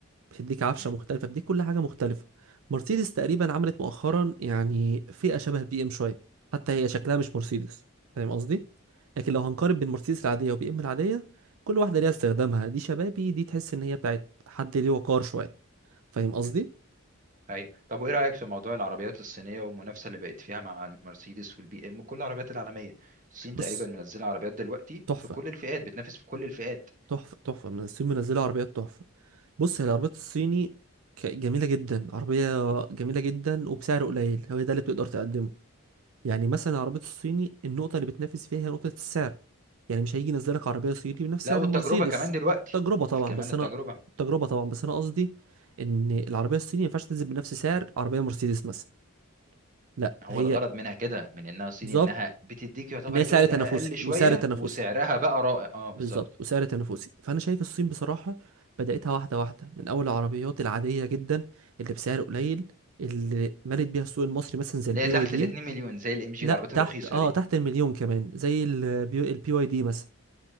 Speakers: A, on the right; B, on the right.
A: بتديك عفشه
B: مم.
A: مختلفه بتديك كل حاجه مختلفه مرسيدس تقريبا عملت مؤخرا يعني فئه شبه البي ام شويه حتى هي شكلها مش مرسيدس فاهم قصدي لكن لو هنقارن بين مرسيدس العاديه وبي ام العاديه كل واحده ليها استخدامها دي شبابي دي تحس ان هي بتاعت حد ليه وقار شويه فاهم قصدي
B: مم. ايوه طب وايه رايك في موضوع العربيات الصينيه والمنافسه اللي بقت فيها مع المرسيدس والبي ام وكل العربيات العالميه الصين
A: بص
B: تقريبا منزله عربيات دلوقتي
A: تحفه
B: في كل الفئات بتنافس في كل الفئات
A: تحفه تحفه من الصين منزله عربيات تحفه بص هي العربيات الصيني ك- جميلة جدا عربية جميلة جدا وبسعر قليل هو ده اللي بتقدر تقدمه يعني مثلا العربية الصيني النقطة اللي بتنافس فيها هي نقطة السعر يعني مش هيجي ينزلك عربية صيني بنفس
B: لا
A: سعر
B: والتجربه
A: المرسيدس
B: كمان دلوقتي
A: تجربة طبعا
B: كمان
A: بس
B: التجربه
A: أنا تجربة طبعا بس أنا قصدي إن العربية الصيني ما ينفعش تنزل بنفس سعر عربية مرسيدس مثلا لا
B: هو
A: هي
B: الغرض منها كده من انها صين
A: بالظبط
B: انها بتديك يعتبر
A: إن هي
B: جوده
A: سعر تنافسي
B: اقل شويه
A: وسعر تنافسي
B: وسعرها بقى رائع اه بالظبط
A: بالظبط وسعر تنافسي فانا شايف الصين بصراحه بداتها واحده واحده من اول العربيات العاديه جدا اللي بسعر قليل اللي مالت بيها السوق المصري مثلا زي البي
B: اللي هي تحت
A: واي دي
B: ال 2 مليون زي الام جي
A: لا
B: العربيات
A: تحت
B: الرخيصه
A: اه
B: دي
A: تحت المليون كمان زي البي واي دي مثلا